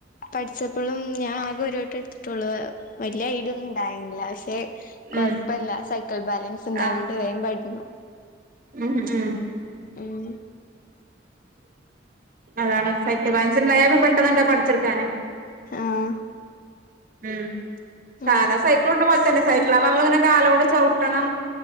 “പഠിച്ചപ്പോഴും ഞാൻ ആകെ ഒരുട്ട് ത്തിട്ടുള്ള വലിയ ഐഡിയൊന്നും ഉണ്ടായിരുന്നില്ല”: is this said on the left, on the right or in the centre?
Left